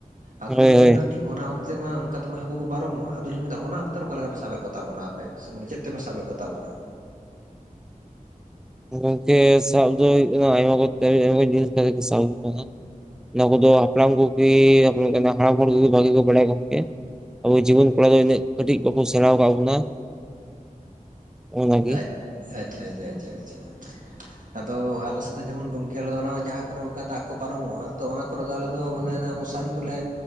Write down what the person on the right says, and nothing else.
ᱟᱫᱚᱞᱤᱧ
ᱢᱮᱱᱫᱟ ᱴᱷᱤᱠ ᱚᱱᱟ ᱚᱠᱛᱮ ᱢᱟ ᱚᱱᱠᱟ ᱛᱮᱢᱟ ᱦᱟᱹᱠᱩ ᱠᱚ ᱯᱟᱨᱚᱢᱚᱜᱼᱟ ᱟᱫᱚᱞᱤᱧ ᱢᱮᱱᱫᱟ ᱚᱱᱟ ᱚᱠᱛᱮ ᱨᱮ ᱚᱠᱟ ᱞᱮᱠᱟ ᱯᱮ ᱥᱟᱵᱮᱫ ᱠᱚ ᱛᱟᱵᱚᱱᱟᱼᱟ? ᱼᱯᱮ ᱥᱮ ᱢᱟᱱᱮ ᱪᱮᱫ ᱛᱮᱯᱮ ᱥᱟᱵᱮᱫ ᱠᱚᱛᱟᱵᱚᱱᱟ?
ᱜᱟᱪ ᱟᱪᱪᱷᱟ ᱟᱪᱪᱷᱟ ᱟᱪᱷᱟ ᱟᱪᱷᱟ ᱟᱫᱚ ᱟᱞᱮ ᱥᱮᱫ ᱡᱮᱢᱚᱱ ᱜᱚᱝᱠᱮ ᱟᱞᱮ ᱫᱚ ᱚᱱᱟ ᱡᱟᱦᱟᱸ ᱠᱚᱨᱮ ᱚᱱᱠᱟ ᱫᱟᱜ ᱠᱚ ᱯᱟᱨᱚᱢᱚᱜᱼᱟ ᱛᱚ ᱚᱱᱟ ᱠᱚᱨᱮ ᱫᱚ ᱟᱞᱮ ᱫᱚ ᱚᱱᱮ ᱚᱱᱟ ᱢᱚᱥᱟᱨᱤ ᱠᱚᱞᱮ